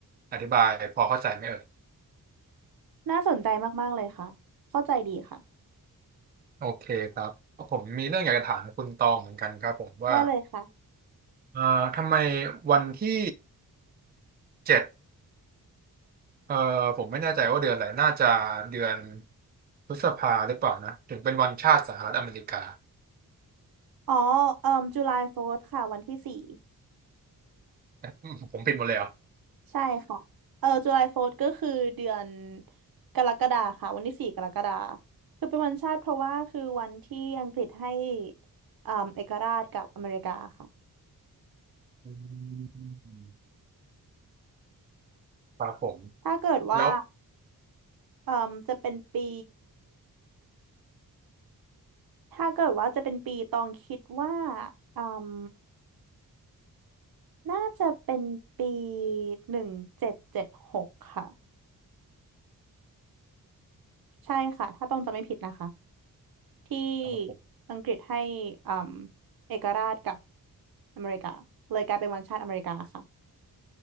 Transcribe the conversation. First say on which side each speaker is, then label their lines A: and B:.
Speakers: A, on the right (about 25°); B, on the right (about 65°).
A: อธิบายพอเข้าใจไหมเอ่ย
B: น่าสนใจมากๆเลยค่ะ เข้าใจดีค่ะ
A: โอเคครับผมมีเรื่องอยากจะถามคุณตองเหมือนกันครับผมว่า
B: ได้เลยค่ะ
A: เอ่อทำไมวันที่เจ็ดเอ่อผมไม่แน่ใจว่าเดือนอะไรน่าจะเดือนพฤษภาหรือเปล่านะถึงเป็นวันชาติสหรัฐอเมริกา
B: อ๋อเอ่อจุลายโฟร์ค่ะวันที่สี่
A: อืมผมผิดหมดเลยเหรอ
B: ใช่ค่ะเออจุลายโฟร์ก็คือเดือนกรกฎาค่ะวันที่สี่กรกฎาคือเป็นวันชาติเพราะว่าคือวันที่อังกฤษให้เอ่อเอกราชกับอเมริกาค่ะ
A: อืมครับผม
B: ถ้าเกิดว่า
A: แล้ว
B: เอ่อจะเป็นปีถ้าเกิดว่าจะเป็นปีตองคิดว่าเอ่อน่าจะเป็นปีหนึ่งเจ็ดเจ็ดหกค่ะ ใช่ค่ะถ้าต้องจะไม่ผิดนะคะที่
A: ครับผม
B: อังกฤษให้อืมเอกราชกับอเมริกาเลยกลายเป็นวันชาติอเมริกาค่ะ